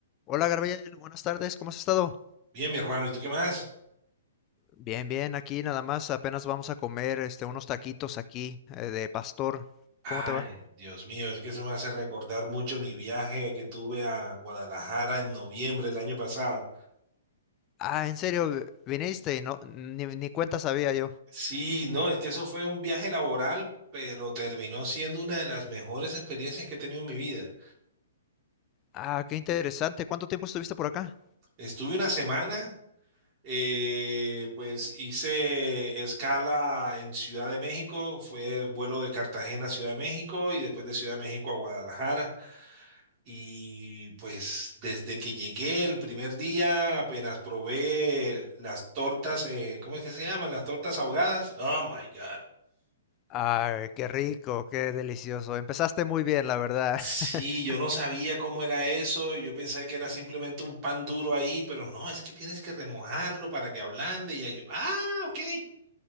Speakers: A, on the left (about 25°); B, on the right (about 30°).
A: Hola Gabriel, buenas tardes, ¿cómo has estado?
B: Bien, mi hermano, ¿y tú qué más?
A: Bien, bien, aquí nada más, apenas vamos a comer este, unos taquitos aquí eh, de pastor. ¿Cómo
B: Ay,
A: te va?
B: Dios mío, es que eso me hace recordar mucho mi viaje que tuve a Guadalajara en noviembre del año pasado.
A: Ah, en serio, vi- viniste y no, ni, ni cuenta sabía yo.
B: Sí, no, es que eso fue un viaje laboral, pero terminó siendo una de las mejores experiencias que he tenido en mi vida.
A: Ah, qué interesante, ¿cuánto tiempo estuviste por acá?
B: Estuve una semana, eh, pues hice escala en Ciudad de México, fue vuelo de Cartagena a Ciudad de México y después de Ciudad de México a Guadalajara. Y pues desde que llegué el primer día, apenas probé las tortas, eh, ¿cómo es que se llaman? Las tortas ahogadas. Oh my God.
A: Ay, qué rico, qué delicioso. Empezaste muy bien, la verdad.
B: Sí,
A: <laughs>
B: yo no sabía cómo era eso. Yo pensé que era simplemente un pan duro ahí, pero no, es que tienes que remojarlo para que ablande. Y ya yo, ah, ok.